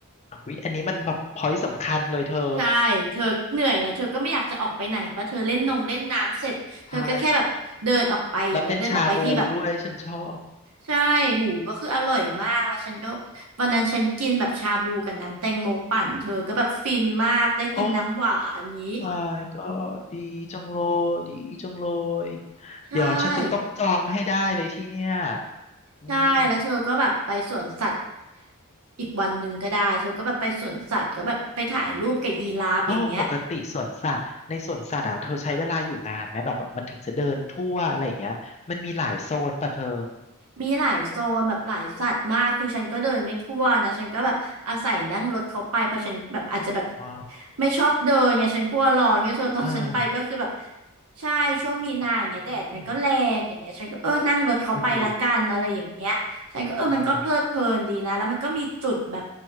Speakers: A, on the left (about 30°); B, on the right (about 85°).
A: อุ๊ยอันนี้มันแบบพอยต์สำคัญเลยเธอ
B: ใช่เธอเหนื่อยแล้วเธอก็ไม่อยากจะออกไปไหนเพราะเธอเล่นนงเล่นน้ำเสร็จเธอก็แค่แบบเดินออกไปอย่างเงี้ยเดินออกไปที่แบบ
A: ใช่ แล้วเป็นชาบูด้วยฉันชอบ
B: ใช่หมูก็คืออร่อยมากแล้วฉันก็วันนั้นฉันกินแบบชาบูกับน้ำแตงโมปั่นเธอก็แบบฟินมากได้กินน้ำหวานอย่างงี้
A: โอ้ my god ดีจังเลยดีจังเลย
B: ใช่
A: เดี๋ยวฉันจะต้องจองให้ได้เลยที่เนี่ยอืม
B: ใช่แล้วเธอก็แบบไปสวนสัตว์อีกวันหนึ่งก็ได้เธอก็แบบไปสวนสัตว์ก็แบบไปถ่ายรูปกับยีราฟอย่างเงี้ย
A: อ้อปกติสวนสัตว์ในสวนสัตว์อ่ะเธอใช้เวลาอยู่นานไหมแบบแบบมันถึงจะเดินทั่วอะไรอย่างเงี้ย มันมีหลายโซนป่ะเธอ
B: มีหลายโซนแบบหลายสัตว์มากคือฉันก็เดินไม่ทั่วนะฉันก็แบบอาศัยนั่งรถเขาไปเพราะฉันแบบอาจจะแบบ
A: อ๋อ
B: ไม่ชอบเดินเนี่ยฉันกลัวร้อนเนี่ยเธอตอนฉันไปก็คือแบบ
A: อ่า
B: ใช่ช่วงมีนาอย่างเงี้ยแดดมันก็แรงอย่างเงี้ยฉันก็เออนั่งรถเขาไปละกันอะไรอย่างเงี้ย
A: อืมโอ้โห
B: ฉันก็เออมันก็เพลิดเพลินดีนะแล้วมันก็มีจุดแบบ
A: เออ